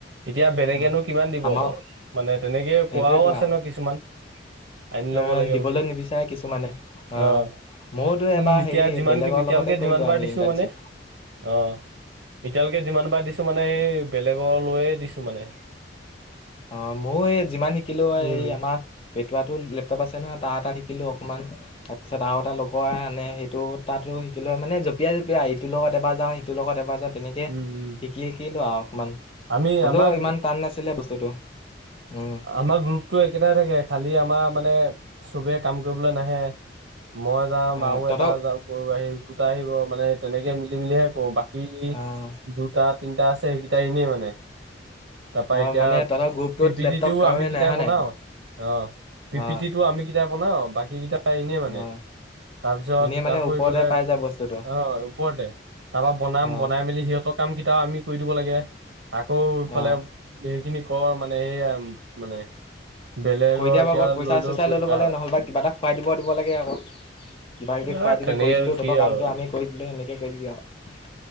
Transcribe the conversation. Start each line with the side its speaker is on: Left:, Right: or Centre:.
Right: এতিয়া
Left: আহ
Right: এতিয়ানো কিমান দিব,
Left: আমাৰ
Right: মানে তেনেকে
Left: সেইটোৱেতো
Right: কোৱাও আছে ন কিছুমান। আনি
Left: আহ
Right: লব লাগে
Left: দিবলৈ
Right: বুলি
Left: নিবিচাৰে কিছুমানে আহ
Right: অ'।
Left: ময়োতো
Right: উম,
Left: এবাৰ
Right: এতিয়া
Left: হেৰি
Right: যিমান
Left: বেলেগৰ
Right: কিবি এতিয়ালৈকে
Left: লগতে কৰিলো
Right: যিমান বাৰ
Left: আমি
Right: দিছোঁ
Left: ইণ্টাৰ্ণশ্বিপ
Right: মানে, অ'। এতিয়ালৈকে যিমান বাৰ দিছোঁ মানে এই বেলেগ লৈয়ে দিছোঁ মানে।
Left: অ', ময়ো এই যিমান শিকিলোঁ অ,
Right: উম
Left: এই আমাৰ পেটোৱাতো লেপটপ আছে নহয়, তাৰ তাত শিকিলোঁ অকমান। তাৰপিছত আৰু এটা লগ কৰা আনে সেইটো তাতো শিকিলোঁ। মানে জপিয়াই-জপিয়াই ইটোৰ লগত এবাৰ যাওঁ সিটোৰ লগত এবাৰ যাওঁ। তেনেকে শিকি-শিকিলোঁ
Right: উম উম
Left: আৰু অকণমান।
Right: আমি
Left: হলেও
Right: আমাক
Left: ইমান টান নাছিলে বস্তুটো। উম।
Right: আমাৰ গ্ৰুপটো একেটাই থাকে খালি আমাৰ মানে চবে কাম কৰিবলৈ নাহে। মই যাওঁ আমাৰো
Left: আহ তহঁতৰ
Right: এটা যা <unintelligible> আহি দুটা আহিব মানে তেনেকে মিলি-মেলি হে কৰোঁ। বাক কি
Left: আহ
Right: দুটা তিনটা আছে সেইকেইটা এনেই মানে। তাপা
Left: অ
Right: এতিয়া
Left: মানে তহঁতৰ গ্ৰুপটোত
Right: পিপিটিটো
Left: লেপটপ কাৰোৱে
Right: আমি কিটাই
Left: নাই হয়
Right: বনাইও
Left: নাই
Right: অ', পিপিতিটো
Left: অ
Right: আমি কেইটা বনাও, বাকী কেইটা এনেই মানে।
Left: অ
Right: তাৰপিছত
Left: এনেই মানে
Right: আকৌ
Left: ওপৰতে
Right: এইফালে
Left: পাই যায় বস্তুটো
Right: অ', ওপৰতে। তাৰপা বনাম,
Left: অ
Right: বনাই মেলি সিহঁতক কাম কেইটা আমি কৰি দিব লাগে, আকৌ এইফালে
Left: অ
Right: সেইখিনি কৰ মানে সেয়াই মানে। বেলেগৰ
Left: কৰি দিয়া
Right: এতিয়া
Left: বাবত পইচা চইচা
Right: গৈ
Left: লৈ
Right: থকা
Left: ল'ব লাগে
Right: হয়
Left: নহলে বা কিবা এটা খুৱাই দিব-দিব লাগে আক। কিবা কিবি
Right: এ
Left: খুৱাই দিবি
Right: তেনেকে
Left: কৰি দিলোঁ,
Right: আৰু কি
Left: তহতৰ কামটো
Right: আৰু
Left: আমি কৰি দিলোঁ এনেকে কৈ দিবি আৰু।